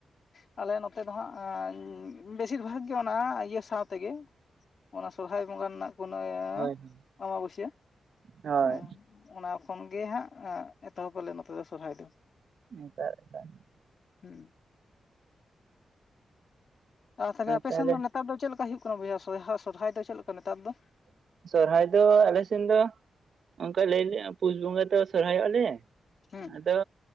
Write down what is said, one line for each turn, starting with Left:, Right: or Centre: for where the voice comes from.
Left: ᱟᱞᱮ ᱱᱚᱛᱮ ᱫᱚ ᱦᱟᱸᱜ ᱵᱮᱥᱤᱨ ᱵᱷᱟᱜᱽ ᱜᱮ ᱚᱱᱟ ᱤᱭᱟᱹ ᱥᱟᱶ ᱛᱮᱜᱮ ᱚᱱᱟ ᱥᱚᱨᱚᱦᱟᱭ ᱵᱚᱸᱜᱟ ᱨᱮᱱᱟᱜ ᱾ ᱯᱩᱱᱟᱹᱭ
Right: ᱦᱳᱭ ᱦᱳᱭ
Left: ᱟᱸᱵᱟᱵᱥᱭᱟ
Right: ᱦᱳᱭ
Left: ᱦᱮᱸ ᱚᱱᱟ ᱠᱷᱚᱱ ᱜᱮ ᱦᱟᱸᱜ ᱾ ᱦᱟᱸ ᱮᱛᱚᱦᱚᱵ ᱟᱞᱮ ᱱᱚᱛᱮ ᱫᱚ ᱥᱚᱨᱦᱟᱭ ᱫᱚ
Right: <inaudible>
Left: ᱦᱮᱸ᱾ ᱟᱨ ᱛᱟᱦᱞᱮ ᱟᱯᱮ
Right: ᱛᱟᱦᱚᱞᱮ
Left: ᱥᱮᱱ ᱫᱚ ᱱᱮᱛᱟᱨ ᱫᱚ ᱪᱮᱫ ᱞᱮᱠᱟ ᱦᱩᱭᱩᱜ ᱠᱟᱱᱟ ᱵᱚᱭᱦᱟ ᱥᱚᱨ ᱥᱚᱨᱦᱟᱭ ᱫᱚ ᱪᱮᱫ ᱞᱮᱠᱟ ᱱᱮᱛᱟᱨ ᱫᱚ
Right: ᱥᱚᱨᱚᱦᱦᱟᱭ ᱫᱚ ᱟᱞᱮ ᱥᱮᱱ ᱫᱚ ᱚᱱᱠᱟ ᱞᱟᱹᱭ ᱞᱮ ᱯᱩᱥ ᱵᱚᱸᱜᱟ ᱨᱮ ᱾ <inaudible> ᱛᱚ ᱥᱚᱨᱦᱟᱭᱚᱜᱼᱟᱞᱮ
Left: ᱦᱩᱸ
Right: ᱟᱫᱚ